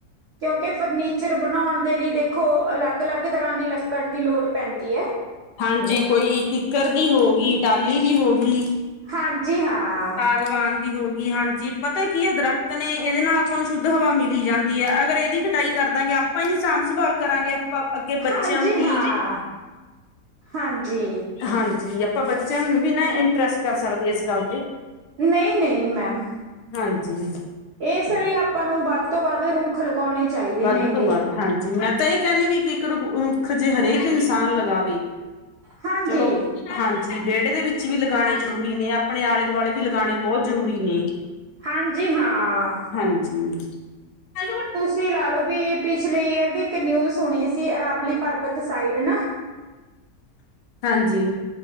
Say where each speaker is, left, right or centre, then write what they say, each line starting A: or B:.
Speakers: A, on the right; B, on the left.
A: ਕਿਉਂਕਿ ਫਰਨੀਚਰ ਬਣਾਉਣ ਦੇ ਲਈ ਦੇਖੋ, ਅਲੱਗ- ਅਲੱਗ ਤਰ੍ਹਾਂ ਦੀ ਲੱਕੜ ਦੀ ਲੋੜ ਪੈਂਦੀ ਹੈ।
B: ਹਾਂਜੀ, ਕੋਈ ਕਿੱਕਰ ਦੀ ਹੋ ਗਈ, ਟਾਹਲੀ ਦੀ ਹੋ ਗਈ।
A: ਹਾਂਜੀ- ਹਾਂ।
B: <unintelligible> ਭਗਵਾਨ ਦੀ ਹੋ ਗਈ। ਹਾਂਜੀ, ਪਤਾ ਕੀ ਆ ਦਰਖਤ ਨੇ ਇਹਦੇ ਨਾਲ ਆਪਾਂ ਨੂੰ ਸ਼ੁੱਧ ਹਵਾ ਮਿਲੀ ਜਾਂਦੀ। ਦੀ ਅਗਰ ਇਹਦੀ ਕਟਾਈ ਕਰ ਦਾਂਗੇ। ਆਪਾਂ ਹੀ ਨੀ ਸਾਂਭ ਸੰਭਾਲ ਕਰਾਂਗੇ ਆਪਾਂ ਅੱਗੇ ਬੱਚਿਆ
A: ਹਾਂਜੀ
B: ਨੂੰ ਕੀ,
A: ਹਾਂ ਹਾਂਜੀ
B: ਹਾਂਜੀ। ਆਪਾਂ ਬੱਚਿਆਂ ਨੂੰ ਵੀ ਨਾ ਇੰਪ੍ਰੈਸ ਕਰ ਸਕਦੇ ਇਸ ਗੱਲ ਤੇ।
A: ਨਹੀਂ -ਨਹੀਂ, ਮੈਮ।
B: ਹਾਂਜੀ!
A: ਇਸ ਲਈ ਆਪਾਂ ਨੂੰ ਵੱਧ ਤੋਂ ਵੱਧ ਰੁੱਖ ਲਗਾਉਣੇ ਚਾਹੀਦੇ
B: ਵੱਧ
A: ਨੇਗੇ।
B: ਤੋਂ ਵੱਧ ਹਾਂਜੀ, ਮੈਂ ਤਾਂ ਇਹ ਕਹਿੰਦੀ ਵੀ ਇੱਕ ਇੱਕ ਰੁੱਖ ਜੇ ਹਰੇਕ ਇਨਸਾਨ ਲਗਾਵੇ
A: ਹਾਂਜੀ
B: ਚਲੋ, ਹਾਂਜੀ। ਵਿਹੜੇ ਦੇ ਵਿੱਚ ਵੀ ਲਗਾਉਣੇ ਜ਼ਰੂਰੀ ਨੇ ਆ ਆਪਣੇ ਆਲੇ ਦੁਆਲੇ ਵੀ ਲਗਾਉਣੇ ਬਹੁਤ ਜਰੂਰੀ ਨੇ,
A: ਹਾਂਜੀ ਹਾਂ
B: ਹਾਂਜੀ। ਣ <unintelligible>
A: ਤੁਸੀ ਲਾ ਲੳ ਬੀ ਪਿਛਲੇ ਈਅਰ ਦੀ ਇੱਕ ਨਿਊਜ਼ ਸੁਣੀ ਸੀ ਅਰਾਵਲੀ ਪਰਬਤ ਸਾਈਡ ਨਾ
B: ਹਾਂਜੀ!